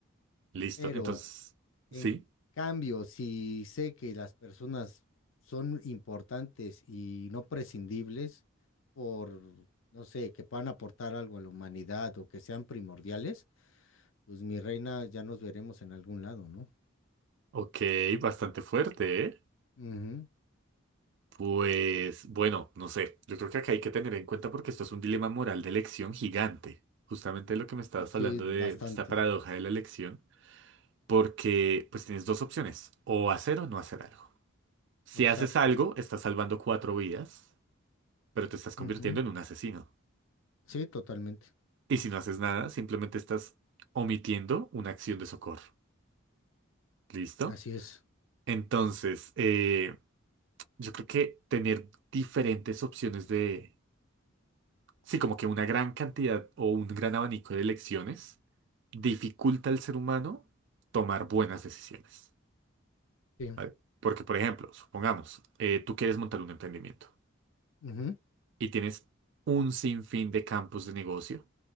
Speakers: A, on the right (about 60°); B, on the left (about 65°).
A: listo.
B: Pero
A: Entonces, sí.
B: en cambio, si sé que las personas son importantes y no prescindibles por, no sé, que puedan aportar algo a la humanidad o que sean primordiales, pues mi reina ya nos veremos en algún lado, ¿no?
A: Ok, bastante fuerte, ¿eh?
B: Ujú,
A: Pues bueno, no sé, yo creo que acá hay que tener en cuenta porque esto es un dilema moral de elección gigante, justamente lo que me estabas
B: Sí,
A: hablando de,
B: bastante.
A: de esta paradoja de la elección, porque pues tienes dos opciones, o hacer o no hacer algo. Si
B: Exacto.
A: haces algo, estás salvando cuatro vidas, pero te estás convirtiendo
B: Ujú,
A: en un asesino.
B: Sí, totalmente.
A: Y si no haces nada, simplemente estás omitiendo una acción de socorro. ¿Listo?
B: Así es.
A: Entonces, eh, yo creo que tener diferentes opciones de Sí, como que una gran cantidad o un gran abanico de elecciones dificulta al ser humano tomar buenas decisiones,
B: Sí.
A: ¿vale? Porque, por ejemplo, supongamos, eh, tú quieres montar un emprendimiento
B: Ujú,
A: y tienes un sinfín de campos de negocio